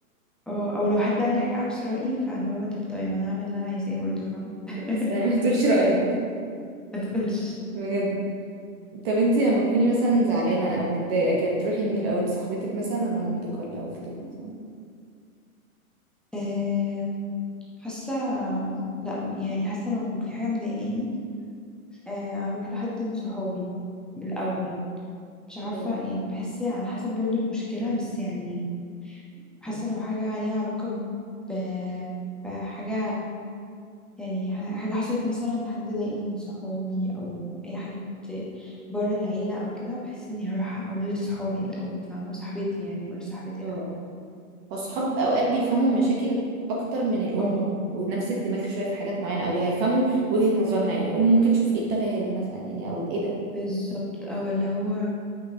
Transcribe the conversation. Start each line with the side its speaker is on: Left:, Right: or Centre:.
Centre: اه او لو حد قال لي حاجه عكس رايي فاللي هو طب طيب انا هعمل اللي انا عايزاه برضو فاهم <laughs>
Right: بس ما تقولش رأيك بقى.
Centre: ما تقولش
Right: بجد طب انتي لما تكوني مثلا زعلانة او متضايقة كده بتروحي لمين الاول لصاحبتك مثلا ولا مامتك ولا اختك مثلا
Centre: آم، حاسه لا يعني حاسه لو في حاجه مضايقاني آه، هروح لحد من صحابي الاول مش عارفة
Right: اه
Centre: يعني بحس على حسب برضو المشكلة بس يعني حاسة لو حاجة ليها علاقة ب... بحاجة يعني ح- حاجة حصلت مثلا حد ضايقني من صحابي أو أي حد بره العيلة أو كده بحس إني هروح أقول لصحابي الأول فاهمة صاحبتي يعني أقول لصاحبتي
Right: اه
Centre: الأول
Right: هو الصحاب اوقات بيفهموا مشاكل اكتر من الام
Centre: اه
Right: ونفس الدماغ شويه في حاجات معينه او هيفهموا وجهه نظرنا يعني الام ممكن تشوف ايه التفاهه دي مثلا يعني او ايه ده
Centre: بالظبط أو اللي هو